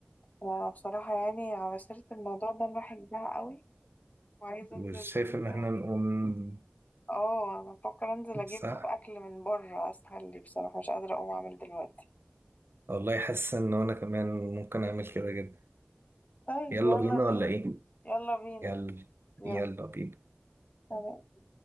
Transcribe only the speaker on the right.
وشايف
ان
احنا نقوم
صح
والله حاسس ان انا كمان ممكن اعمل كده جدا
يلا
بينا
ولا ايه
يلا
يلا بينا